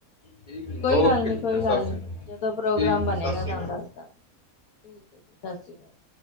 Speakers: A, on the left; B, on the left.
A: ਠੀਕ ਜੀ
B: ਕੋਈ
A: ਓਕੇ
B: ਗੱਲ ਨੀ
A: ਜੀ
B: ਕੋਈ
A: ਫਿਰ ਸਤਿ
B: ਗੱਲ
A: ਸ਼੍ਰੀ
B: ਨੀ
A: ਅਕਾਲ
B: ਜਦੋਂ ਪ੍ਰੋਗਰਾਮ
A: ਠੀਕ ਹੈ
B: ਬਣੇਗਾ
A: ਜੀ ਸਤਿ ਸ਼੍ਰੀ
B: ਤੁਹਾਨੂੰ
A: ਅਕਾਲ
B: ਦੱਸਦਾ ਠੀਕ ਹੈ ਜੀ ਸਤਿ ਸ਼੍ਰੀ ਅਕਾਲ